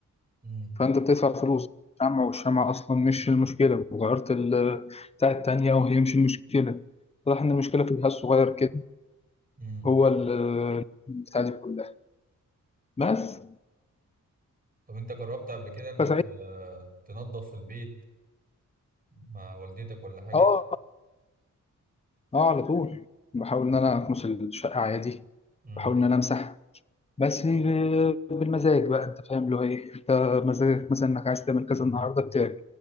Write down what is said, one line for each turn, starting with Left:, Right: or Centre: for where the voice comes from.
Right: مم.
Left: فأنت بتدفع فلوس شمع والشمع أصلا مش المشكلة وغيرت ال- بتاع التانية وهي مش المشكلة واضح إن المشكلة في الجهاز الصغير كده
Right: مم.
Left: هو ال- بتاع دي كلها بس
Right: طب انت جربت قبل كده انك
Left: فساعتها
Right: آه، تنظف في البيت مع والدتك ولا حاجة؟
Left: اه اه على طول بحاول ان انا اكنس الشقه عادي
Right: امم
Left: بحاول ان انا امسح بس ال- بالمزاج بقى انت فاهم اللي هو ايه انت مزاجك مثلا انك عايز تعمل كذا النهارده بتعمل